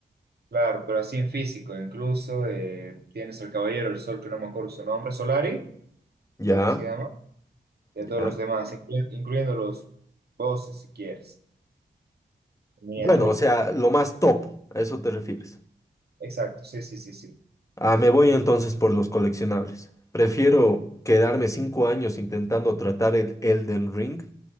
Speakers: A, on the right; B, on the left.
A: Claro, pero así en físico, incluso eh, tienes al Caballero del Sol, que no me acuerdo su nombre, Solari,
B: Ya,
A: creo que se llama, y a
B: ya.
A: todos los demás, inclu- incluyendo los bosses, si quieres, en miniatura.
B: Bueno, o sea, lo más top, a eso te refieres.
A: Exacto, sí, sí, sí, sí.
B: Ah, me voy entonces por los coleccionables. Prefiero quedarme cinco años intentando tratar el Elden Ring